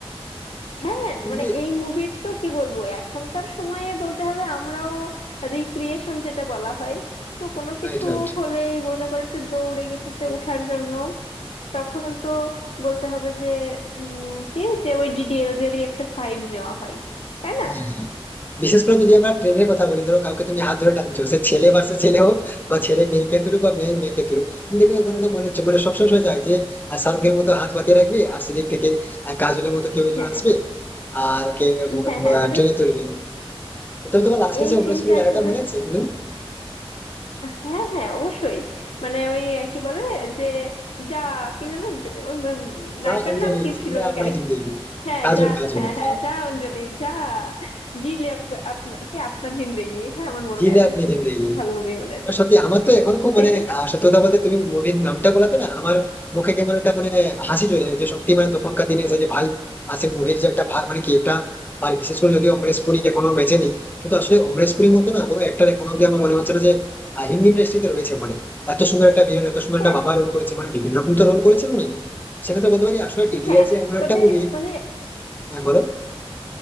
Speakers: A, on the left; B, on the left.
A: হ্যাঁ
B: তুমি
A: মানে এই
B: কি
A: মুভির তো কি বলবো এখনকার সময়ে বলতে হবে আমরাও রিক্রিয়েশন যেটা বলা হয় তো কোনো কিছু
B: রাইট রাইট
A: হলেই মনে করো একটু দৌড়ে কিছুতে ওঠার জন্য তখন তো বলতে হবে যে উম, কি যে ওই ডিডিএলজেরই একটা ফাইভ নেওয়া হয় তাই না
B: হ্যাঁ বিশেষ করে যদি আমরা ট্রেনের কথা বলি ধরো কাউকে তুমি হাত ধরে টানছো সে ছেলে ভার্সেস ছেলে হোক বা ছেলে মেয়েকে তুলুক বা মেয়ে মেয়েকে তুলুক তুমি দেখবে ওখানে একটা মনে হচ্ছে মানে সবসময় শোনা যায় যে আহ, শাহরুখের মতো হাত পাতিয়ে রাখবে আর সেদিক থেকে আহ, কাজলের মতো কেউ একজন
A: হ্যাঁ
B: আসবে আর কে
A: হ্যাঁ হ্যাঁ মানে
B: ট্রেনে তুলবে তো তোমার লাস্টে
A: এই
B: সে উনিশ
A: সিনটা
B: কুড়ি ডায়লগটা
A: আসলে
B: মনে আছে বন্ধু
A: হ্যাঁ হ্যাঁ অবশ্যই মানে ওই কি বলে যে যা কি যেন যে- ওই উম
B: যা
A: নায়িকার
B: অঞ্জলি
A: নাম কি
B: জিলে
A: ছিল ওই
B: আপনার
A: ক্যারেক্টার
B: জিন্দেগি
A: হ্যাঁ
B: কাজল
A: যা
B: কাজল
A: হ্যাঁ
B: আহ,
A: হ্যাঁ যা অঞ্জলি যা জিলে আপনার কি আপনার জিন্দেগি হ্যাঁ আমার মনে
B: জিলে
A: আছে
B: আপনি
A: খুব
B: জিন্দেগি
A: ভালোভাবেই মনে আছে
B: না, সত্যি আমার তো এখন খুব মানে
A: <laughs>
B: আহ, সত্যি কথা বলতে তুমি মুভির নামটা বলাতে না আমার মুখে কেমন একটা মানে হাসি চলে এলো যে সত্যি মানে তখনকার দিনে এসে যে ভাই আসে মুভির যে একটা ভা- মানে কি একটা আর বিশেষ করে যদি অমরেশ পুরী এখনো বেঁচে নেই কিন্তু আসলে অমরেশ পুরীর মতো না কোনো একটা এখনো অব্দি আমার মনে হচ্ছে না যে আহ, হিন্দি ইন্ডাস্ট্রিতে রয়েছে মানে এত সুন্দর একটা ভিলেন এত সুন্দর
A: হ্যাঁ
B: একটা বাবা রোল করেছে মানে বিভিন্ন রকম তো রোল করেছেন উনি সেক্ষেত্রে বলতে পারি আসলে ডিডিআর
A: হ্যাঁ
B: যে এমন
A: তবে
B: একটা মুভি
A: মানে
B: হ্যাঁ বলো